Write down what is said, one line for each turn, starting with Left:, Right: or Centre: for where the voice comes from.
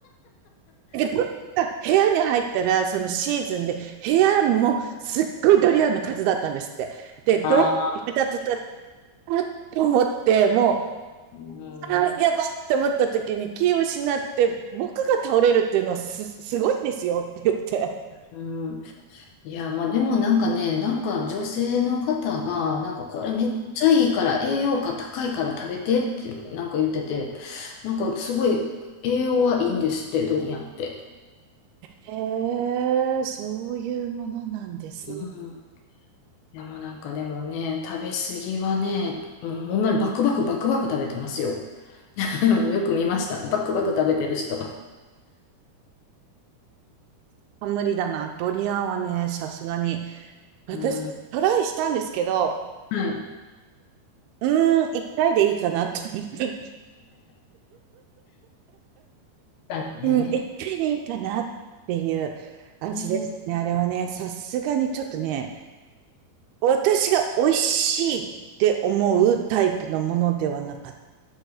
Right: だけど、部屋に入ったら、そのシーズンで、部屋もすっごいドリアンの数だったんですって。で、どうやってたとたら、
Left: あー
Right: あっと思って、もう、
Left: うん。
Right: あーやばいと思った時に気を失って、僕が倒れるっていうのはす、すごいんですよって言って、
Left: うん、いや、まあでもなんかね、なんか女性の方が、なんかこれめっちゃいいから、栄養価高いから食べてってなんか言ってて、なんかすごい栄養はいいんですって、ドリアンって。
Right: へえ、そういうものなんですね。
Left: うんでもなんかでもね、食べ過ぎはね、もうほんまにバクバクバクバク食べてますよ。<laughs> よく見ました。バクバク食べてる人。
Right: 無理だな。ドリアンはね、さすがに。私、
Left: うん。
Right: トライしたんですけど、
Left: はい。
Right: うーん、一回でいいかなと思って。
Left: だね。
Right: うん、一回でいいかなっていう味でしたね。
Left: ね
Right: あれはね、さすがにちょっとね、私が美味しいって思うタイプのものではなかっ